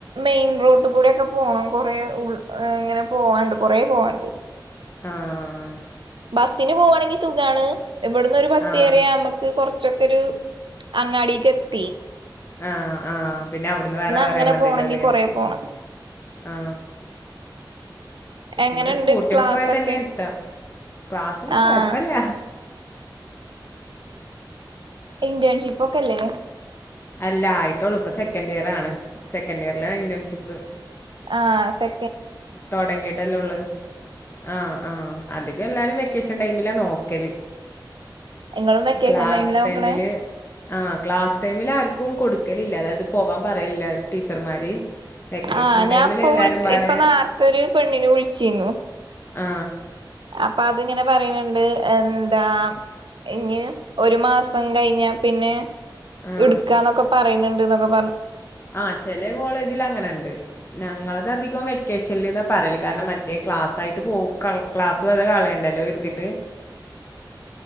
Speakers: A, on the right; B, on the left.
A: മെയിൻ റോട്ടിൽ കൂടൊക്കെ പോണം കൊറേ ഉ ഇങ്ങനെ പോവാണ്ട് കൊറേ പോവാണ്ട്
B: ആഹ്
A: ബസ്സിന് പോകുകവാണെങ്കിൽ സുഖണ് എവിടന്ന് ഒരു ബസ്
B: ആ
A: എറിയാൽ നമുക്ക് കുറച്ചു ഒരു അങ്ങാടിക് എത്തി
B: ആ ആ പിന്നെ അവിടുന്ന് വേറെ വേറെ
A: അങ്ങനെ
B: മതില്ലോ
A: പോണെങ്കി
B: അല്ലേ
A: കൊറേ പോണം
B: ആ
A: എങ്ങനെണ്ട്
B: ഇവിടെ സ്കൂട്ടി
A: ക്ലാസൊക്കെ
B: പോയ തന്നെ യത്ത ക്ലാസ്സൊന്നും
A: ആഹ്
B: കൊഴപ്പില്ല
A: ഇന്റേൺഷിപ്പ് ഒക്കെല്ലേ
B: അല്ല ആയിട്ടേള്ളൂ ഇപ്പോ സെക്കന്റ്‌ ഇയർ ആണ് സെക്കന്റ്‌ ഇയറിലാണ് ഇന്റേൺഷിപ്പ്
A: ആ സെ
B: തുടങ്ങിട്ടില്ലേ ഉള്ളത് ആ ആ അധികം എല്ലാരും വെക്കേഷൻ ടൈമിലാ നോക്കൽ
A: ഇങ്ങളും വെക്കേഷൻ
B: ക്ലാസ്
A: ടൈമിലാ നോക്കണേ
B: ടൈമിൽ ആ ക്ലാസ് ടൈമിൽ ആർക്കും കൊടുക്ക ഒരിക്കലല്ല അതായത് പോവാൻ പറയല്ല ടീച്ചർമാര് വെക്കേഷൻ
A: ആ ഞാൻ
B: ടൈമിൽ
A: പോ
B: എല്ലാരും
A: വിളി
B: പാടെ
A: ഇപ്പൊ നെ തൊരു പെണ്ണിൻ വിളിചിനു
B: ആ
A: അപ്പൊ അതു ഇങ്ങനെ പറയുന്നുണ്ട് എന്താ ഇഞ് ഒരു മാസം കഴിഞ്ഞ പിന്നെ
B: ആഹ്
A: എടുക്കാന്നൊക്കെ പറ ടന്നുണ്ട് എന്നൊക്കെ പറഞ്ഞു
B: ആ ചില കോളേജിൽ അങ്ങനെുണ്ട് ഞങ്ങളത് അധികം വെക്കേഷനിൽന്ന പറയല കാരണം മറ്റേ ക്ലാസ് ആയിട്ട് പോ ക്ലാസ് വെറുതെ കളയണ്ടല്ലോ എരുതിട്ട്